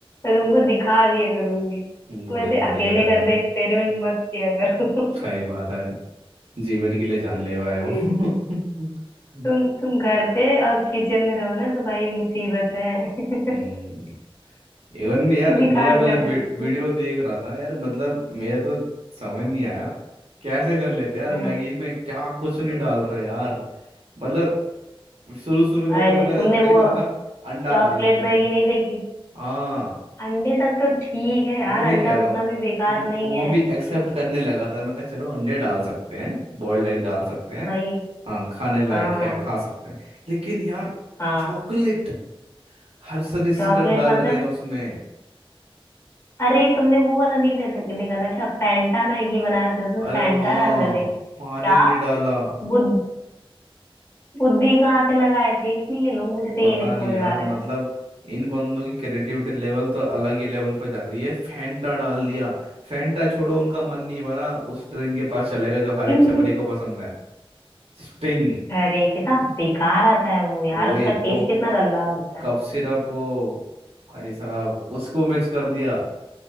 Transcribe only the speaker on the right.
वो
ही बढ़िया
रहेगा
सही बात है जीवन के लिए जानलेवा है वो
<laughs>
हम्म इवन यार
मतलब
मतलब
वी- वीडियो
देख रहा था यार मतलब मेरे तो समझ नहीं आया कैसे कर लेते यार
मैगी में क्या कुछ नहीं डाल रहे यार मतलब शुरू शुरू में
तो मैंने
देखा
था अंडा
डाल लेते
हैं
हाँ
वही
कह रहा
हूँ
वो
वो
भी एक्सेप्ट करने लगा था मैं कहा चलो अंडे डाल सकते हैं बॉइल्ड एग डाल सकते हैं
हाँ खाने लायक
है खा सकते हैं लेकिन यार
चॉकलेट हर सारी
सिरप डाल
रहे हैं उसमें
अरे
हाँ
पानी
नहीं डाला
पता
नहीं यार
मतलब
इन बंदों की क्रिएटिविटी लेवल तो अलग ही लेवल पर जा रही है फैंटा डाल दिया फैंटा छोड़ो उनका मन नहीं भरा उस स्ट्रिंग के पास चले गए जो हर
एक छपरी को पसंद है स्टिंग
वही
वो
कप
सिरप वो भाई साहब उसको मिक्स कर दिया